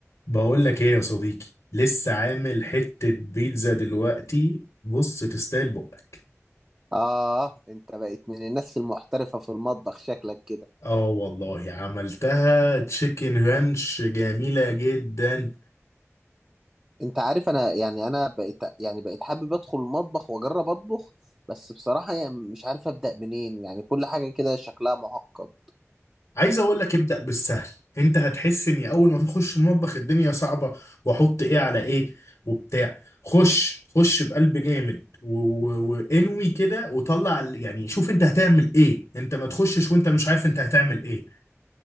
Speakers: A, on the left; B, on the right.
A: بقول لك ايه يا صديقي لسه عامل حتة بيتزا دلوقتي بص تستاهل بقك
B: آه أنت بقيت من الناس المحترفة في المطبخ شكلك كده
A: اه والله عملتها تشيكن رانش جميلة جدا
B: أنت عارف أنا يعني أنا بقيت يعني بقيت حابب أدخل المطبخ وأجرب أطبخ بس بصراحة يعني مش عارف أبدأ منين يعني كل حاجة كده شكلها معقد
A: عايز اقول لك ابدأ بالسهل انت هتحس اني اول ما تخش المطبخ الدنيا صعبة واحط ايه على ايه وبتاع خش خش بقلب جامد و- و- وانوي كده وطلع ال- يعني شوف انت هتعمل ايه انت ما تخشش وانت مش عارف انت هتعمل ايه